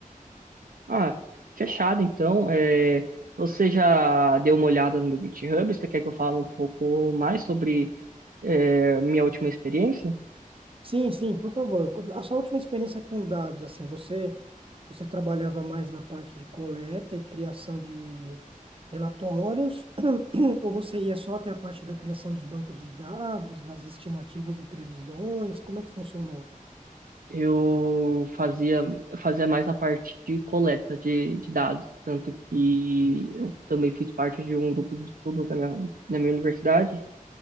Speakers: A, on the right (about 80°); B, on the right (about 40°).
A: Ah, fechado então. É, você já deu uma olhada no meu GitHub? Você quer que eu fale um pouco mais sobre é, minha última experiência?
B: Sim, sim, por favor. A sua última experiência com dados, assim, você Você trabalhava mais na parte de coleta e criação de relatórios, <clears throat> ou você ia só até a parte da criação dos bancos de dados, das estimativas e previsões? Como é que funcionou?
A: eu fazia, eu fazia mais a parte de coleta de, de dados, tanto que eu também fiz parte de um grupo de estudo da minha, na minha universidade,